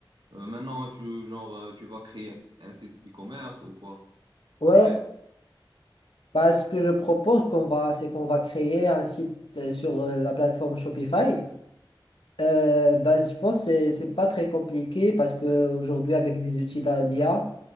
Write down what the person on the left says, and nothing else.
Ouais,
bah, ce que je propose qu'on va, c'est qu'on va créer un site euh, sur euh, la plateforme Shopify. Euh, bah, je pense que c'est c'est pas très compliqué parce que aujourd'hui avec des outils d'A- d'IA,